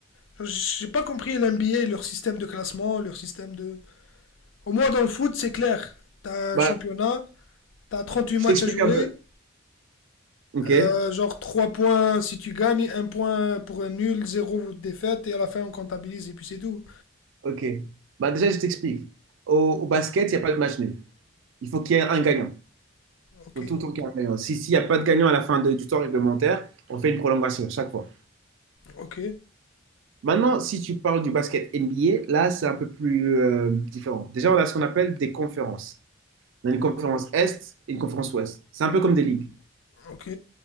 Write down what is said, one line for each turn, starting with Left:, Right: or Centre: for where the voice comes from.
Left: Genre, J'ai pas compris l'NBA, leur système de classement, leur système de. Au moins dans le foot, c'est clair. T'as
Right: Bah,
Left: un championnat, t'as 38
Right: Je
Left: matchs
Right: t'explique
Left: à jouer,
Right: un peu. Ok,
Left: euh, genre 3 points si tu gagnes, un point pour un nul, 0 défaite, et à la fin on comptabilise et puis c'est tout.
Right: ok. Bah déjà, je t'explique. Au, au basket, il n'y a pas de match nul. Il faut qu'il y ait un gagnant. Il
Left: Ok,
Right: faut tout le temps qu'il y ait un gagnant. Si, s'il n'y a pas de gagnant à la fin de- du temps réglementaire, on fait une prolongation chaque fois.
Left: ok.
Right: Maintenant, si tu parles du basket NBA, là, c'est un peu plus euh, différent. Déjà, on a ce qu'on appelle des conférences. On a une conférence Est et une conférence Ouest. C'est un peu comme des ligues.
Left: Ok,